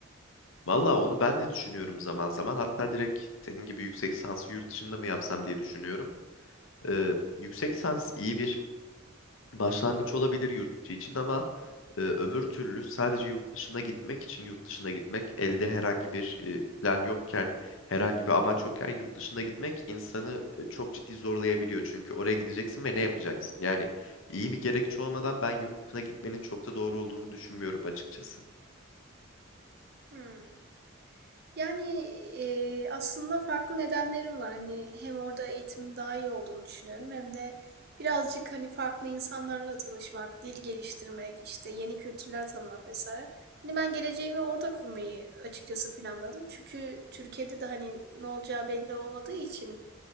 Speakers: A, on the left (about 80°); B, on the right (about 55°).
A: Valla onu ben de düşünüyorum zaman zaman. Hatta direkt senin gibi yüksek lisansı yurt dışında mı yapsam diye düşünüyorum. Ee, yüksek lisans iyi bir başlangıç olabilir yurt içi için ama e, öbür türlü sadece yurt dışına gitmek için yurt dışına gitmek elde herhangi bir e, plan yokken herhangi bir amaç yokken yurt dışına gitmek insanı e, çok ciddi zorlayabiliyor. Çünkü oraya gideceksin ve ne yapacaksın? Yani iyi bir gerekçe olmadan ben yurt dışına gitmenin çok da doğru olduğunu düşünmüyorum açıkçası.
B: Hmm. Yani, eee, aslında farklı nedenlerim var. Hani hem orada eğitimin daha iyi olduğunu düşünüyorum hem de birazcık hani farklı insanlarla tanışmak, dil geliştirmek, işte yeni kültürler tanımak vesaire. Hani ben geleceğimi orada kurmayı açıkçası planladım. Çünkü Türkiye'de de hani ne olacağı belli olmadığı için